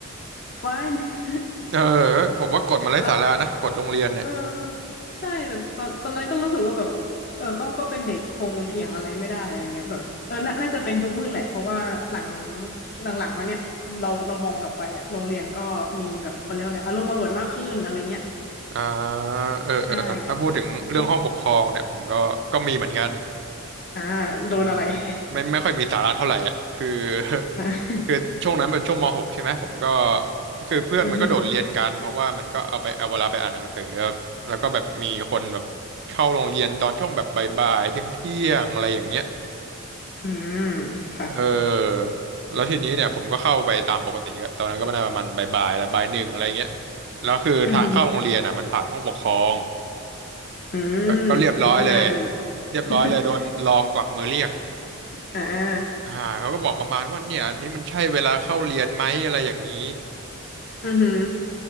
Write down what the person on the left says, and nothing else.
fine <laughs>
แล้วเออใช่แต่ตอนตอนนั้นก็รู้สึกว่าแบบเออก็ก็เป็นเด็กคงเถียงอะไรไม่ได้อะไรเงี้ยแบบเออน่าน่าจะเป็นยุคมืดแหละเพราะว่าหลังหลังๆมาเนี่ยเราเรามองกลับไปอะโรงเรียนก็มีแบบเขาเรียกอะไร อารมณ์อร่วยมากขึ้นอะไรเงี้ย
ใช่ชกอ่าโดนอะไร
<laughs>
อ่า
อือหืออืมค่ะ
อือหืออืมอยู่ข้างหน้าเลย
<laughs> อ่า
อือหือ